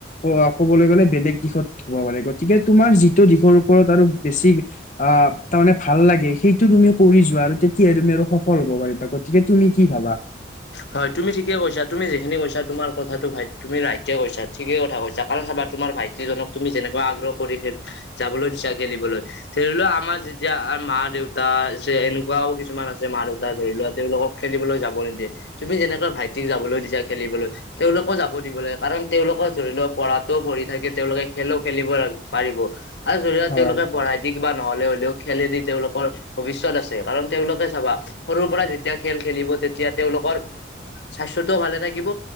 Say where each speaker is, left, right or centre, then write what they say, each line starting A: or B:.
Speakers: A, on the left (about 40°); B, on the left (about 75°).
A: অ' ক'বলৈ গ'লে বেলেগ দিশত হ'ব পাৰে, গতিকে তোমাৰ যিটো দিশৰ ওপৰত আৰু বেছি অ'। তাৰমানে ভাল লাগে, সেইটো তুমি কৰি যোৱা আৰু তেতিয়া তুমি আৰু সফল হ'ব পাৰিবা, গতিকে তুমি কি ভাবা?
B: হয় তুমি ঠিকে কৈছা, তুমি যিখিনি কৈছা, তোমাৰ কথাটো ভাই তুমি ৰাইটকে কৈছা, ঠিকেই কথা কৈছা, কাৰণ চাবা তোমাৰ ভাইটি যিজনক তুমি যেনেকুৱা, আগ্ৰহ কৰি খেলি যাবলৈ দিছা খেলিবলৈ ধৰি লোৱা আমাৰ যেতিয়া মা দেউতা আছে, এনেকুৱাও কিছুমান আছে মা দেউতা, ধৰি লোৱা তেওঁলোকক খেলিবলৈ যাব নিদিয়ে তুমি যেনেকৈ ভাইটিক যাবলৈ দিছা খেলিবলৈ। তেওঁলোকও যাব দিব লাগে কাৰণ তেওঁলোকৰ ধৰি লওক পঢ়াটোও পঢ়ি থাকে তেওঁলোকে খেলো খেলিব <unintelligible> পাৰিব। আৰু <unintelligible>
A: হয়,
B: তেওঁলোকে পঢ়ায়। দিশ বা নহ'লে হ'লেও খেলেদি তেওঁলোকৰ ভৱিষ্যত আছে কাৰণ তেওঁলোকে চাবা। সৰুৰ পৰা যেতিয়া খেল খেলিব তেতিয়া তেওঁলোকৰ স্বাস্থ্যটোও ভালে থাকিব।